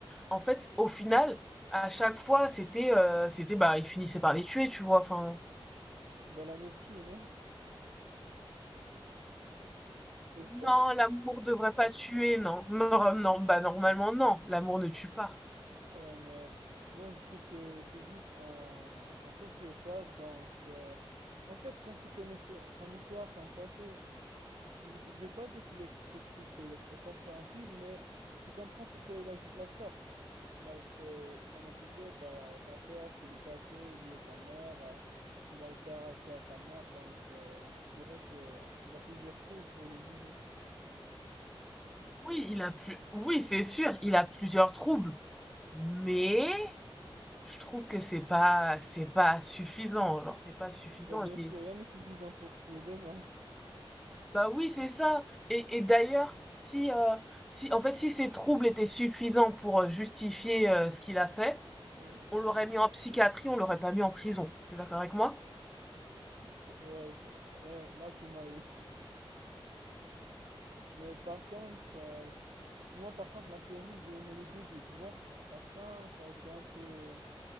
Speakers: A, in the centre; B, on the right (about 85°).
A: en fait, au final, à chaque fois, c'était, heu, c'était, bah, il finissait par les tuer, tu vois? Enfin,
B: Ben l'amour tue, non? <laughs> Je trouve pas?
A: non, l'amour devrait pas tuer, non. Non, non, bah, normalement, non, l'amour ne tue pas.
B: Ouais, mais moi je trouve que c'est juste un un sociopathe. Donc euh, en fait, quand tu connais ce- son histoire, son passé. Je, je vais pas dire qu'il est, que ce qu'il fait il est est compréhensible, mais tu comprends pourquoi il agit de la sorte. Il a été traumatisé par euh, son père qui le battait, lui et sa mère. euh, il a été arraché à sa mère, donc euh, je dirais que il a plusieurs trous pour le juger.
A: Oui, il a plus oui, c'est sûr, il a plusieurs troubles, mais je trouve que c'est pas c'est pas suffisant. Alors c'est pas suffisant,
B: Ben, bien
A: il
B: sûr,
A: est
B: rien n'est suffisant pour tuer des gens.
A: bah, oui, c'est ça et et d'ailleurs, si, heu, si en fait, si ces troubles étaient suffisants pour, heu, justifier, heu, ce qu'il a fait,
B: Ouais,
A: On l'aurait mis en psychiatrie, on l'aurait pas mis en prison. T'es d'accord avec moi?
B: Tro- ouais, ça- ouais, là tu m'as eu. Mais par contre, euh, moi par contre la série j'ai aimé le début, tu vois. La fin ça a été un peu,